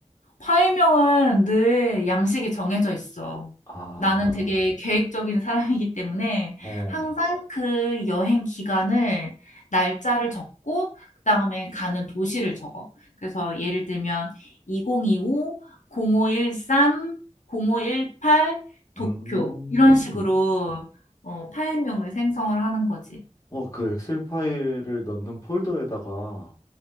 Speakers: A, on the left; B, on the left.
A: 파일명은 늘 양식이 정해져 있어.
B: 아,
A: 나는 되게 계획적인 사람이기 때문에
B: 어.
A: 항상 그 여행 기간을 날짜를 적고 그다음에 가는 도시를 적어. 그래서 예를 들면 2025, 0513, 0518 도쿄
B: 음.
A: 이런 식으로 어, 파일명을 생성을 하는 거지.
B: 어, 그 엑셀 파일을 넣는 폴더에다가